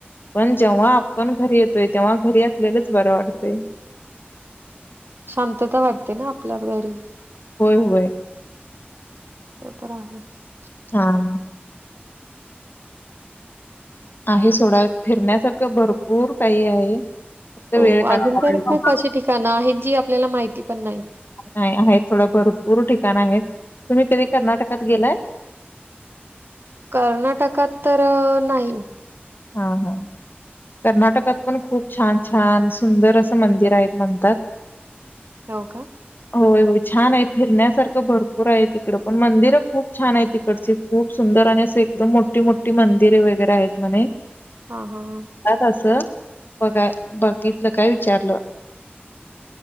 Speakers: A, on the left (about 60°); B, on the right (about 65°).
A: पणं जेंव्हा आपणं घरी येतोय तेंव्हा घरी असलेलंच बरं वाटतंय.
B: शांततां वाटतें नां आपल्यां घरी.
A: होयं होयं.
B: ते तरं आहेचं
A: हां. आहे सोंडा फिरण्यांसारखं भरंपूर कांहीं आहे. फक्त
B: हो
A: वेळ काढायला
B: अजूंन
A: पाहिजे.
B: तरं खूंप अशी ठिकाणं आहेतं जी आपल्यांला माहिती पणं नाहीतं.
A: नाहीं आहेतं थोडं भरंपूर ठिकाणं आहेतं तुम्हीं कधीं कर्नाटकांत गेलाय.
B: कर्नाटकांत तरं नाहीं.
A: हा हा. कर्नाटकात पण खूप छान छान सुंदर असं मंदिर आहेत म्हणतात.
B: हो का.
A: होय होय छान आहे फिरण्यासारखं भरपूर आहे तिकड पण मंदिरं खूप छान आहे तिकडची. खूप सुंदर आणि असं एकदम मोठी मोठी मंदिरे वगैरे आहेत म्हणे.
B: हा हा हां.
A: कसं बघाय बघितलं काय विचारलं.